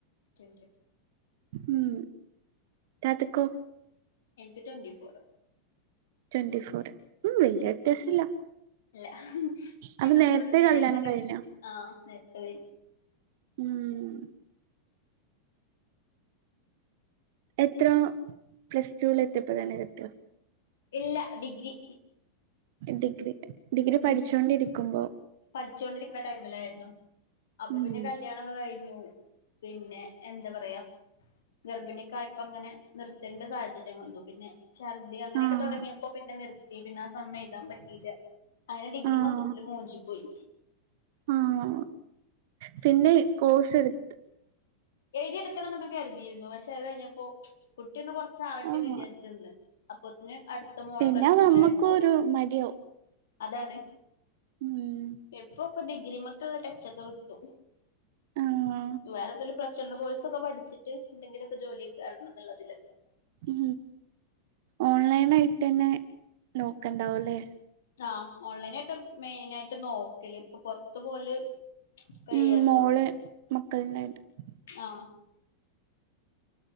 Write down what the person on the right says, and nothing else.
ഉം താത്തക്കോ
ട്വന്റി ഫോർ ഉ വല്യ
വ്യത്യാസില്ല
അപ്പ
നേരത്തെ
കല്യാണം
കഴിഞ്ഞ.
ഉം. എത്ര പ്ലസ് ടുൽ എത്തിയപ്പോ തന്നെ കെട്ടുക.
ഡിഗ്രി. ഡിഗ്രി
പഠിച്ചോണ്ടിരിക്കുമ്പോ
ഉം
ആഹ്
ആഹ്
ആഹ് പിന്നെ കോഴസ് എടുത്ത്
ആഹ്
പിന്നെ
നമ്മക്കും
ഒരു മടിയാവും
ഉം
ആഹ്
ഉ ഓൺലൈൻ ആയിട്ട്ന്നെ നോക്കണ്ടാവല്ലേ
ഉം മോള് <unintelligible>